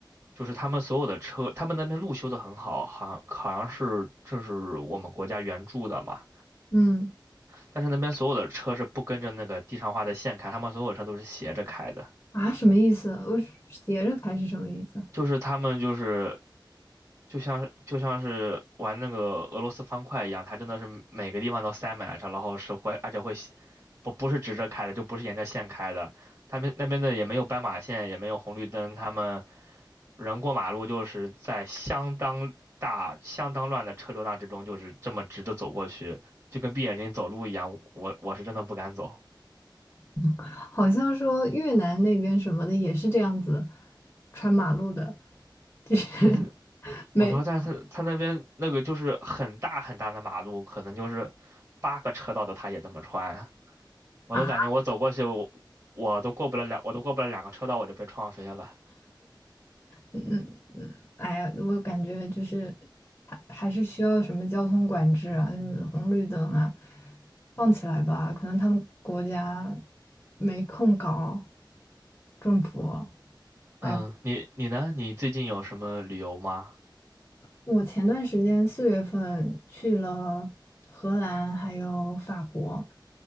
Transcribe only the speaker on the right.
就是他们所有的车，他们那边路修的很好，好像好像是这是我们国家援助的嘛，
但是那边所有的车是不跟着那个地上画的线开，他们所有车都是斜着开的，
就是他们就是。就像就像是玩那个俄罗斯方块一样，它真的是每个地方都塞满了，然后是会，而且会斜不不是直着开的，就不是沿着线开的。他们那边的也没有斑马线，也没有红绿灯，他们人过马路就是在相当大、相当乱的车流量之中，就是这么直着走过去，就跟闭眼睛走路一样。我我是真的不敢走，
但是
我不知道，但是他他那边那个就是很大很大的马路，可能就是八个车道的，他也这么穿。我都感觉我走过去，
我我都过不了两，我都过不了两个车道，我就被撞飞了。
嗯，你你呢？你最近有什么旅游吗？